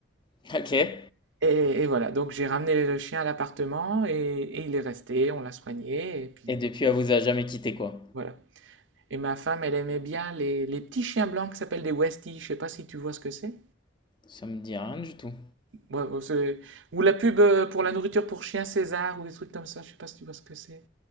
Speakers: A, on the left (about 25°); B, on the right (about 80°).
A: <laughs> Ok. Et
B: Et, et voilà, donc j'ai ramené le chien à l'appartement et, et il est resté, on l'a soigné. Et puis
A: depuis, elle vous a jamais quitté, quoi.
B: voilà. Et ma femme, elle aimait bien les, les petits chiens blancs qui s'appellent des Westies. Je ne sais pas si tu vois ce que c'est.
A: Ça me dit rien du tout.
B: Ouais, bon, c'est- Ou la pub euh, pour la nourriture pour chien César ou des trucs comme ça, je sais pas si tu vois ce que c'est.